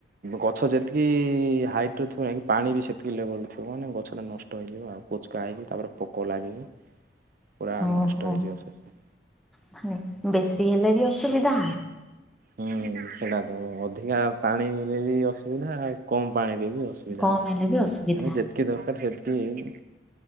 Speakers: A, on the right; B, in the centre.
A: ଗଛ ଯେତିକି ହାଇଟ୍ ଥିବ ପାଣି ବି ସେତିକି ଲେବଲ ଥିବ ମାନେ ଗଛଟା ନଷ୍ଟ ହେଇଯିବ ଆଉ ପୁଚକା ହେଇକି ତାପରେ ପୋକ ଲାଗିକି। ପୁରା
B: ଓହୋ
A: ନଷ୍ଟ ହେଇଯିବ ସେଥି।
B: ମାନେ ବେଶୀ ହେଲେ ବି ଅସୁବିଧା।
A: ହୁଁ ସେଇଟା ତ ଅଧିକା ପାଣିରେ ବି ଅସୁବିଧା ଆଉ କମ ପାଣିରେବି ଅ ଅସୁବିଧା
B: କମ୍
A: ଅଛି
B: ହେଲେ ବି ଅସୁବିଧା
A: ଯେତିକି ଦରକାର ସେତିକି